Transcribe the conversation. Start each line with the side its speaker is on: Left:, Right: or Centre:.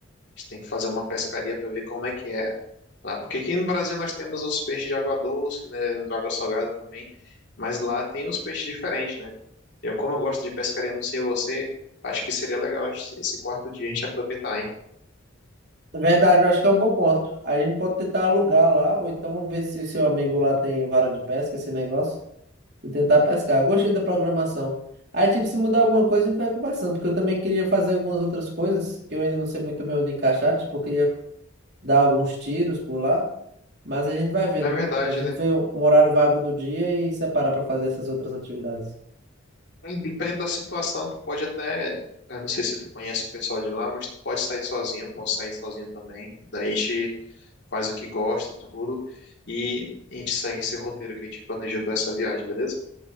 Left: A gente tem que fazer uma pescaria para ver como é que é lá. Porque aqui no Brasil nós temos os peixes de água doce, né, de água salgada também, mas lá tem os peixes diferentes, né? Eu, como eu gosto de pescaria, não sei você, acho que seria legal a gente- esse quarto dia a gente aproveitar, hein?
Right: É Verdade, eu acho que é um bom ponto. A gente pode tentar alugar lá, ou então ver se o seu amigo lá tem vara de pesca, esse negócio. E tentar pescar. Gostei da programação. Aí, tipo, se mudar alguma coisa, a gente vai conversando, porque eu também queria fazer algumas outras coisas, que eu ainda não sei muito bem onde encaixar. Tipo, eu queria dar alguns tiros por lá, mas a gente vai vendo.
Left: Na verdade,
Right: A gente
Left: né?
Right: vê um horário vago do dia e separa para fazer essas outras atividades.
Left: É, Dependendo da situação, tu pode até. eu não sei se tu conhece o pessoal de lá, mas tu pode sair sozinho, eu posso sair sozinho também. E daí a gente faz o que gosta, tudo. E a gente segue esse roteiro que a gente planejou pra essa viagem, beleza?